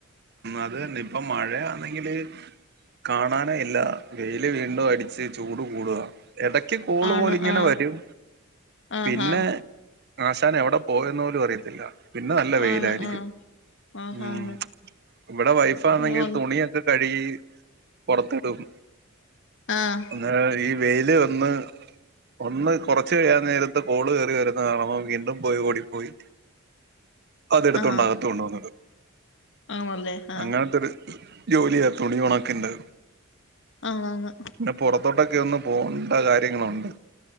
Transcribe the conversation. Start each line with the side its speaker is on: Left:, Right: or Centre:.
Right: അത് തന്നെ ഇപ്പൊ മഴ അന്നെങ്കില് കാണാനെ ഇല്ല വെയില് വീണ്ടും അടിച്ച് ചൂട് കൂടുക എടക്ക് കോള്
Left: ആണ്
Right: പോല് ഇങ്ങനെ
Left: ആഹ്
Right: വരും
Left: ആഹാ
Right: പിന്നെ ആശാൻ എവിടെ പോയെന്ന് പോലും അറിയത്തില്ല പിന്നെ നല്ല വെയിലായിരിക്കും
Left: ആണ് ആഹ് ആഹാന്ന്
Right: ഉം ഇവിടെ വൈഫാ ആണെങ്കി
Left: അയ്യോന്ന്
Right: തുണിയ കഴുകി പോറത്തിടും
Left: ആഹ്
Right: ആഹ് ഈ വെയില് വന്ന് ഒന്ന് കോറച്ച് കഴിയാൻ നേരത്ത് കോള് കേറി വരുന്ന കാണാം വീണ്ടും പോയി ഓടിപ്പോയി അതെടുത്തോണ്ടകത്ത്
Left: ആഹ്
Right: കൊണ്ട് വന്നു ഇടും
Left: ആണല്ലേ ആഹ്
Right: അങ്ങനത്തോര് ജോലിയാ തുണി ഉണക്കിൻ്റെ
Left: ആങ് ആങ്
Right: പിന്നെ പുറത്തോട്ടൊക്കെ ഒന്ന് പോകേണ്ട കാര്യങ്ങളുണ്ട്